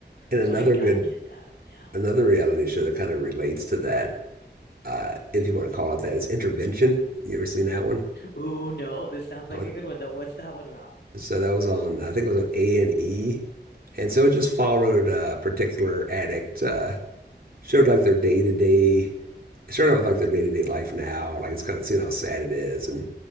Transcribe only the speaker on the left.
So I
I get that. Yeah.
Oh no, this sounds like
a good one though. What's that one about?